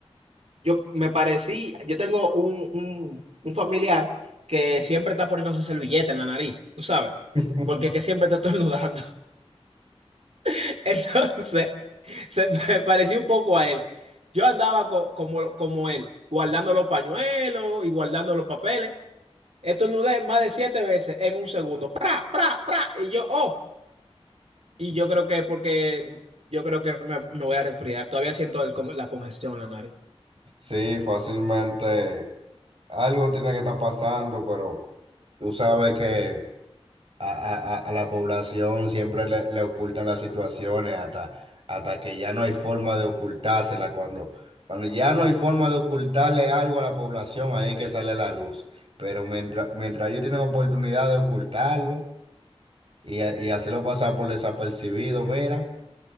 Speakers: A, on the right; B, on the right.
A: Yo me parecí, yo tengo un, un, un familiar que siempre está poniéndose servilleta en la nariz, tú sabes,
B: <laughs>
A: porque que siempre está estornudando. <laughs> Entonces, se me pareció un poco a él. Yo andaba co- como, como él, guardando los pañuelos y guardando los papeles. Estornudé más de siete veces en un segundo. ¡Pra, pra, pra! Y yo, oh, y yo creo que porque yo creo que me, me voy a resfriar. Todavía siento el con- la congestión en la nariz.
B: sí, fácilmente algo tiene que estar pasando, pero tú sabes que a, a- a- a la población siempre le, le ocultan las situaciones hasta, hasta que ya no hay forma de ocultársela. Cuando, cuando ya no hay forma de ocultarle algo a la población, ahí es que sale a la luz. Pero mientras, mientras ellos tienen oportunidad de ocultarlo y, ha- y hacerlo pasar por desapercibido, mira,